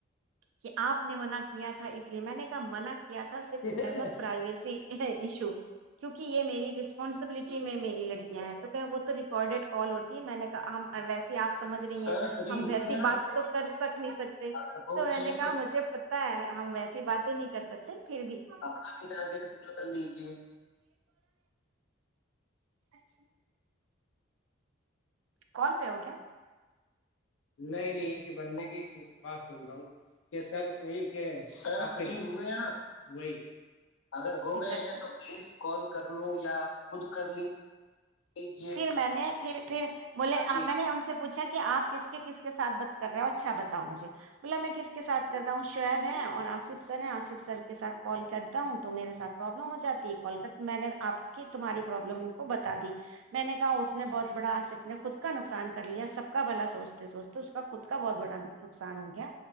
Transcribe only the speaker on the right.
کہ آپ نے منع کیا تھا اس لیے میں نے کہا منع کیا یا تھا صرف
ایز ا پرائیویسی یہ ایشو <unintelligible> کیونک یہ میری رس پانسبلٹی میں میری لڑکیاں ہیں تو کہیں وہ تو ریکارڈیڈ کال ہوتی ہے میں نے کہا ویسی آ سمجھ رہی
ہیں
ہم
ویسی
بات تو کر سک نہیں سکتے
تو
میں نے
کہا مجھے پتا ہے ہم ویسی باتیں نہیں کر سکتے پھر بھی
اچھا <inaudible> کال پہ ہو کیا
اچھا
اچھا
پھر
میں نے پھر پھر بولے
میں نے ان سے پوچھا کہ کہ آپ کس کے کس کے ساتھ بات کر رہے ہو اور اچھا بتاؤ مجھے بولا میں کس کے ساتھ کر رہا ہوں شعیب ہے اور آصف سر ہیں آصف سر کے ساتھ کال کرتا ہوں تو میرے ساتھ پروابلم ہو جاتی ہے کال کر میں نے آپ کی تمہاری لم کو بتا دی میں نے کہا اس نے بہت بڑا آصف نے خود کا نقصان کر لیا سب کا بلا سوچتے سوچتے اس کا خود کا بہت بڑا نقصان ہو گیا